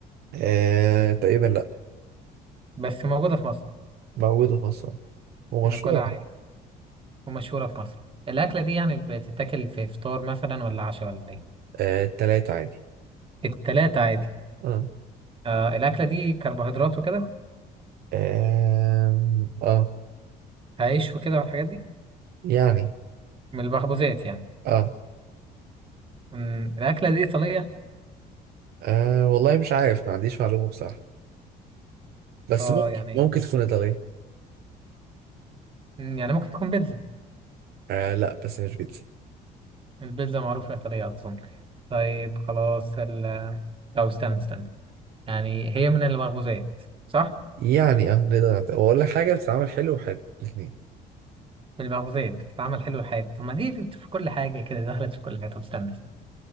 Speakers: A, on the right; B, on the right.
A: آه تقريبا لا
B: بس موجودة في مصر
A: موجوده في مصر ومشهوره
B: ناكلها عادي ومشهورة في مصر الأكلة دي يعني بتتاكل في فطار مثلا ولا عشاء ولا إيه؟
A: آه التلاتة عادي
B: التلاتة عادي
A: اه
B: آه الأكلة دي كربوهيدرات وكده
A: آه, آه.
B: عيش وكده والحاجات دي
A: يعني
B: من البخبوزات يعني
A: آه.
B: مم، الأكلة دي إيطالية
A: اه والله مش عارف ما عنديش معلومه بصراحه بس
B: اه
A: ممكن
B: يعني
A: ممكن تكون ايطاليه
B: مم، يعني ممكن تكون بيتزا
A: آه لا بس مش بيتزا
B: البيتزا معروفة إيطالية أظن طيب خلاص ال طب استنى استنى يعني هي من البخبوزات صح؟
A: يعني اه نقدر نعت- واقول لك حاجه بتتعمل حلو وحلو الاثنين
B: من البخبوزات بتتعمل حلو الحاجة طب ما دي في كل حاجة كده دخلت في كل حاجة طب استنى استنى